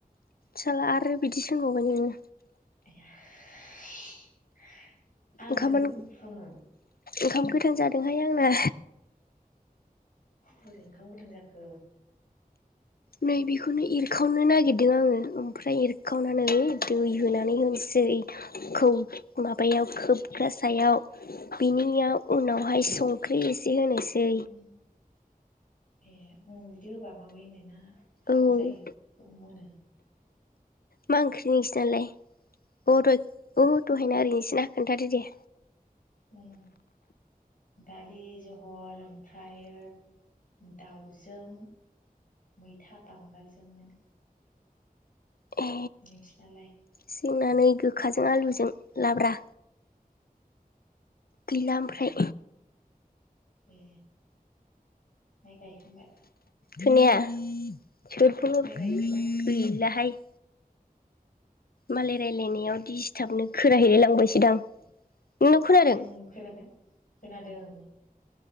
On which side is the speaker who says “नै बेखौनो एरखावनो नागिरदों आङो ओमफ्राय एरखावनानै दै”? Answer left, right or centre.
Left